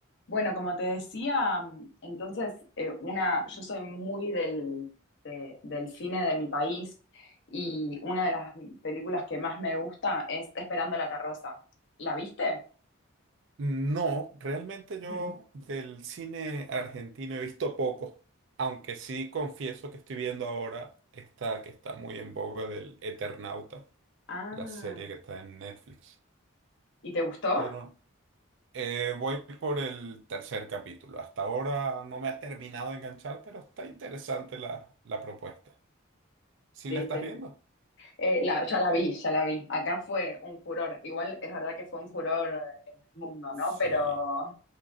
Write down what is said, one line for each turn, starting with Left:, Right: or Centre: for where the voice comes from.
Left: Bueno, como te decía, mm, entonces eh, una, yo soy muy del, de- del cine de mi país y una de las películas que más me gusta es Esperando la carroza. ¿La viste?
Right: No, realmente yo
Left: <laughs>
Right: del cine argentino he visto poco, aunque sí confieso que estoy viendo ahora esta que está muy en boga del Eternauta,
Left: Ah,
Right: la serie que está en Netflix.
Left: ¿y te gustó?
Right: Pero eh, voy por el tercer capítulo. Hasta ahora no me ha terminado de enganchar, pero está interesante la, la propuesta. ¿Sí
Left: Sí,
Right: la estás
Left: está inte-
Right: viendo?
Left: Eh, la- ya la vi, ya la vi. Acá fue un furor. Igual es verdad que fue un furor en el mundo,
Right: Sí,
Left: ¿no? Pero,